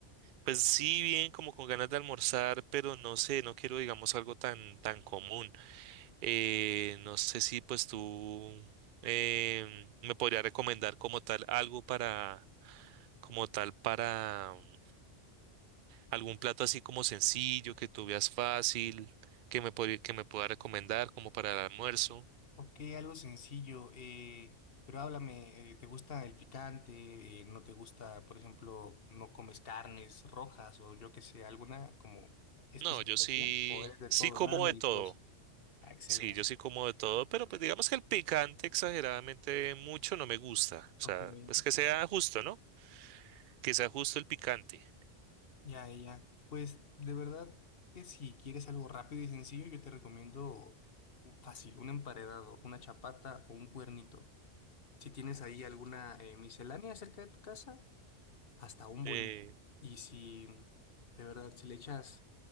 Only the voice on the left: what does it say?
Ok, algo sencillo, eh, pero háblame, eh, ¿te gusta el picante? Eh, ¿no te gusta, por ejemplo, no comes carnes rojas o yo qué sé, alguna como especificación?
¿O eres de
todo,
nada meliflosa?
Ah, Excelente.
Ok,
ok.
Ya, ya. Pues de verdad que si quieres algo rápido y sencillo, yo te recomiendo un- fácil, un emparedado, una chapata o un cuernito. Si tienes ahí alguna eh, miscelánea cerca de tu casa, hasta un
bolillo. Y si, de verdad, si le echas